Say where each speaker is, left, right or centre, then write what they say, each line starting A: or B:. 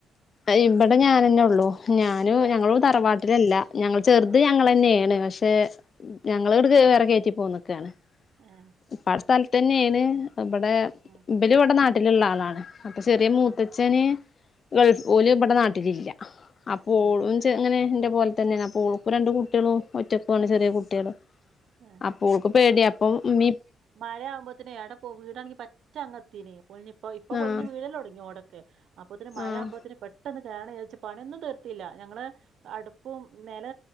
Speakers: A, on the left (about 45°); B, on the right (about 70°).
A: ആഹ് ഇവിടെ ഞാനെന്നെ ഉള്ളൂ ഞാനും
B: ആ വേ
A: ഞങ്ങളും തറവാട്ടിലല്ല ഞങ്ങൾ ചെറുത്
B: ഏ
A: ഞങ്ങള് തന്നെയാണ് പക്ഷെ ഞങ്ങള്ട് വേറെ കേറ്റിപ്പോന്നക്കാണ്
B: ഏഹ്
A: ഇപ്പാടെ സ്ഥലത്ത്ന്നെയാണ് തബടെ
B: ആഹ്
A: ഇബര്ഇവിടെ നാട്ടിലുള്ള ആളാണ് അപ്പം ചെറിയ മൂത്തച്ഛന്
B: ഏ
A: ഗൾഫ് ഓലു ഇവിടെ നാട്ടിലില്ല അപ്പോ
B: ഏ
A: ഓള് ഓക്ക്അങ്ങനെ എന്റെ പോലെ തന്നെയാണ് അപ്പോ ഓൾക്ക് രണ്ട് കുട്ടികളും ഒറ്റക്കുവാണ് ചെറിയ കുട്ടികള്
B: ആ
A: അപ്പം ഓക്ക് പേടിയ അപ്പൊ മ്മീം
B: മഴാകുമ്പോത്തിന് അവിടെ പോ വീടാണെങ്കി പറ്റഅങ്ങത്തിന് പൊളിഞ് ഇപ്പ ഇപ്പം
A: ആഹ്
B: പൊളിഞ് വീഴല് തുടങ്ങി ഓടെ അപ്പോത്തിന് മഴ
A: ആഹ്
B: ആകുമ്പോത്തിന് പെട്ടെന്ന് <unintelligible> വിചാരിച് പണിയൊന്നും തീർത്തില്ല ഞങ്ങള് അടുപ്പും നെല